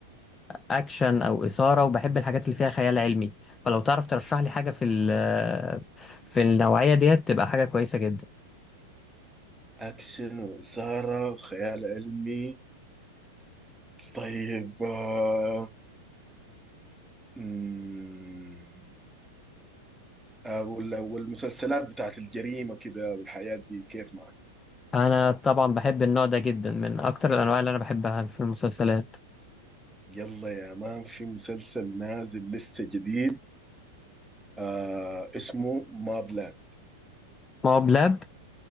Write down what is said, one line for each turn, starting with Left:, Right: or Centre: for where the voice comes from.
Left: اكشن او اثاره وبحب الحاجات اللي فيها خيال علمي فلو تعرف ترشح لي حاجه في ال- في النوعيه ديت تبقى حاجه كويسه جدا
Centre: اكشن واثارة وخيال علمي طيب آه، مم، آه، وال- والمسلسلات بتاعت الجريمة كده والحياة دي كيف معك
Left: انا طبعا بحب النوع ده جدا من اكتر الانواع اللي انا بحبها في المسلسلات
Centre: يلا يا مان في مسلسل نازل لسه جديد آه اسمه مابلاند
Left: ما هو بلاب